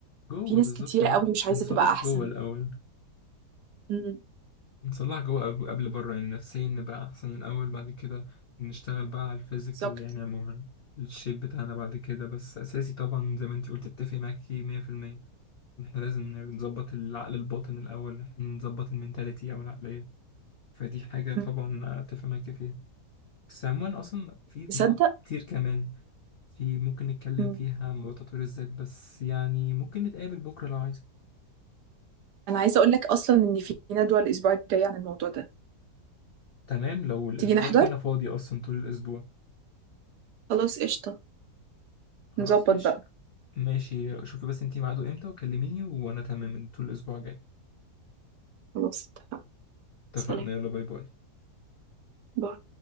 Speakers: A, on the left (about 70°); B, on the right (about 80°).
A: جوه
B: في ناس
A: بالظبط
B: كتيرة
A: هو
B: قوي مش عايزة
A: بنصلح
B: تبقى أحسن
A: جوه الأول
B: امم
A: نصلح جوه قبل قبل بره يعني نفسيا نبقى أحسن الأول بعد كده نشتغل بقى على الفيزيكال
B: بالظبط
A: يعني عموما الشيب بتاعنا بعد كده بس أساسي طبعا زي ما انت قلت اتفق معاكي 100% إن احنا لازم نظبط العقل الباطن الأول إحنا نظبط المنتاليتي أو العقلية فدي حاجة طبعا
B: أمم.
A: أتفق معاكي فيها بس عموما أصلا في
B: تصدق
A: نقط كتير كمان في ممكن نتكلم
B: أمم.
A: فيها عن موضوع تطوير الذات بس يعني ممكن نتقابل بكرة لو عايزة
B: أنا عايزة أقول لك أصلا إن في ندوة الأسبوع الجاي عن الموضوع ده
A: تمام لو الأسبوع
B: تيجي نحضر
A: اللي جاي أنا فاضي أصلا طول الأسبوع
B: خلاص قشطة
A: خلاص
B: نظبط
A: ماشي
B: بقى
A: ماشي شوفي بس انتي ميعاده امتى وكلميني وأنا تمام طول الأسبوع الجاي
B: خلاص اتفقنا
A: اتفقنا
B: سلام
A: يلا باي باي
B: باي